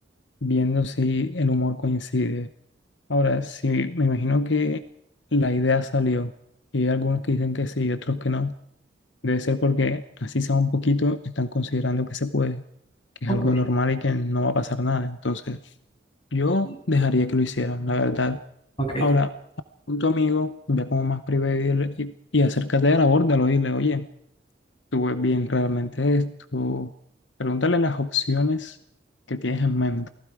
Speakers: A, on the left (about 80°); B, on the left (about 30°).
A: viendo si el humor coincide. Ahora, si me imagino que la idea salió y hay algunos que dicen que sí y otros que no, debe ser porque así sea un poquito, están considerando que se puede. que
B: Ok.
A: es algo normal y que no va a pasar nada. Entonces, yo
B: sí,
A: dejaría que lo hicieran, la verdad.
B: Ok.
A: Ahora, con tu amigo, ya como más privado, y, dile- y y acércate a la borda, lo dile, oye, tú ves bien realmente esto. Pregúntale las opciones que tienes en mente,